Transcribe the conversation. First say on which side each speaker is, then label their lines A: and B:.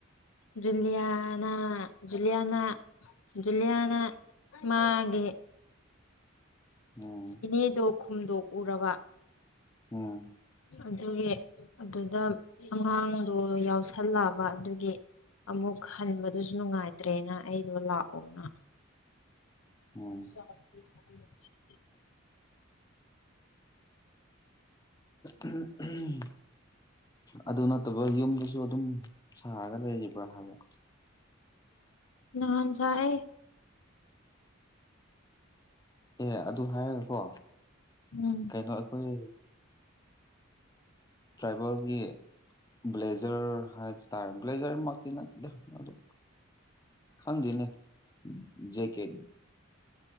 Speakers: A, on the left; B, on the left.
A: ꯖꯨꯂꯤꯌꯥꯅ ꯖꯨꯂꯤꯌꯥꯅ ꯖꯨꯂꯤꯌꯥꯅ ꯃꯥꯒꯤ
B: ꯎꯝ
A: ꯏꯅꯦꯗꯣ ꯈꯨꯝꯗꯣꯛꯎꯔꯕ
B: ꯎꯝ
A: ꯑꯗꯨꯒꯤ ꯑꯗꯨꯗ ꯑꯉꯥꯡꯗꯣ ꯌꯥꯎꯁꯜꯂꯑꯕ ꯑꯗꯨꯒꯤ ꯑꯃꯨꯛ ꯍꯟꯕꯗꯨꯁꯨ ꯅꯨꯡꯉꯥꯏꯇ꯭ꯔꯦꯅ ꯑꯩꯗꯣ ꯂꯥꯛꯑꯣꯅ
B: ꯎꯝ
A: <inaudible>
B: ꯎꯝ ꯎꯝ ꯑꯗꯨ ꯅꯠꯇꯕ ꯌꯨꯝꯗꯁꯨ ꯑꯗꯨꯝ ꯁꯥꯔꯒ ꯂꯩꯔꯤꯕ꯭ꯔꯥ ꯍꯥꯏꯕ
A: ꯅꯍꯥꯟꯁꯌꯦ
B: ꯑꯦ ꯑꯗꯨ ꯍꯥꯏꯔꯒꯀꯣ
A: ꯎꯝ
B: ꯀꯩꯅꯣ ꯑꯩꯈꯣꯏ ꯇ꯭ꯔꯥꯏꯕꯦꯜꯒꯤ ꯕ꯭ꯂꯦꯖꯔ ꯍꯥꯏꯕꯇ ꯕ꯭ꯂꯦꯖꯔ ꯃꯛꯇꯤ ꯅꯠꯇ‌ꯦꯗ ꯃꯗꯨ ꯈꯪꯗꯦꯅꯦ ꯖꯦꯛꯀꯦꯠ